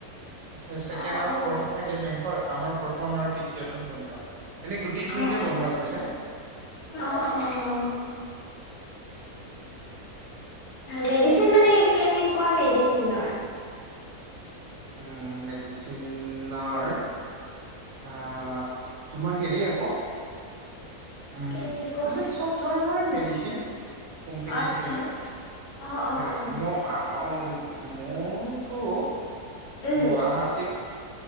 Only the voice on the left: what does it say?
অ',
অ',
অ', অ',
অ', অহ', মেডিচিন মানে কেনেকুৱা মেডিচিনৰ
কেনেকুৱা
আচ্ছা
অ', অ',
অ',
উম,